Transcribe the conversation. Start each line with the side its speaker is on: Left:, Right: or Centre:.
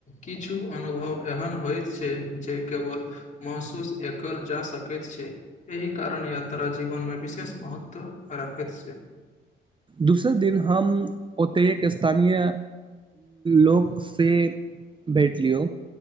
Left: किछु अनुभव एहन होइत छै जे केवल महसूस एकल जा सकैत छै एहि कारण यात्रा जीवनमे विशेष महत्व राखैत छै
Right: दोसर दिन हम ओतेकक स्थानीय लोकसे भेट लियौ